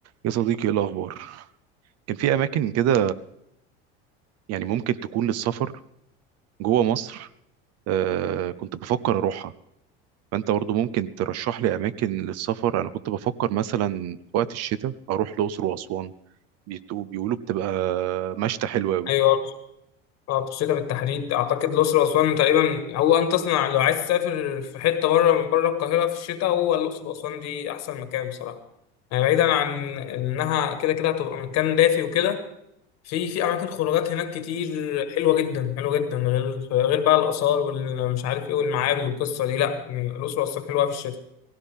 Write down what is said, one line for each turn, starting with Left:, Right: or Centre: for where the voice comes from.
Right: يا صديقي ايه الاخبار كان في اماكن كده يعني ممكن تكون للسفر جوه مصر آه كنت بفكر اروحها فانت برضه ممكن ترشح لي اماكن للسفر انا كنت بفكر مثلا في وقت الشتاء اروح الاقصر واسوان بيتو- بيقولوا بتبقى مشتى حلوة أوي
Left: ايوه اه بتشتغل بالتحديد اعتقد الاقصر واسوان تقريبا هو ان تصنع لو عايز تسافر في حته بره من بره القاهره في الشتاء هو الاقصر واسوان دي احسن مكان بصراحه يعني بعيدا عن انها كده كده هتبقى مكان دافي وكده في في اماكن خروجات هناك كتير حلوه جدا حلوه جدا غير غير بقى الاثار والمش عارف ايه والمعابد والقصه دي لا الاقصر واسوان حلوه في الشتاء